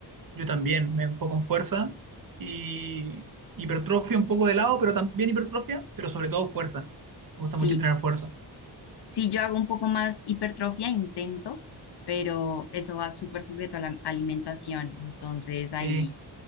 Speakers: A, on the right; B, on the left.
A: Yo también me enfoco en fuerza y hipertrofia un poco de lado, pero también hipertrofia, pero sobre todo fuerza. Me gusta
B: Sí,
A: mucho entrenar fuerza.
B: Si yo hago un poco más hipertrofia, intento, pero eso va súper sujeto a la alimentación. Entonces ahí
A: Sí.